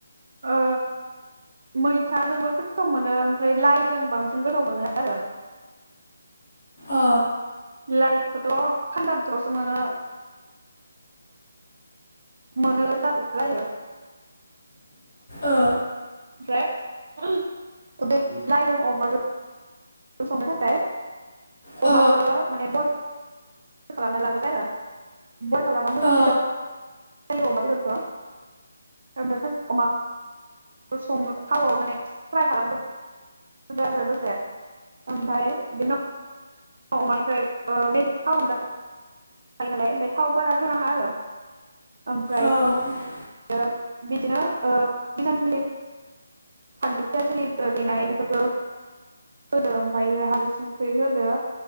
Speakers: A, on the right; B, on the left.
A: ओ मैथाजोंबो गोथाव मोनो ओमफ्राय लाइजों बांसिन गोथाव मोनो आरो।
B: ओ।
A: लाइखौथ थान्दा बोथोरावसो मोनो। मोन जा <unintelligible> जायो।
B: ओ।
A: ओमफ्राय बे लाइनजों अमाजों संनो थाखाय
B: औ
A: अमाखौ माने ब खालामना लाग्रोबबाय आरो बयल खालामबा मोजांसिन
B: औ
A: अमा बेदरखौ ओ अमा स थावआव माने फ्राय खालामग्रो आरो दसे ओमफ्राय बेन औ मानिफ्राय ओ बेनि थाव ओनगोन जायो नालाय ओमाय थाव बाराफोराङा आरो। ओफ्राय
B: औ ओ
A: इदिनो बिदिनो ओ एसांंखिनि फानलु फियास होरि देनाय बेफोरखो होदो ओमफायो हालदि संख्रि होदो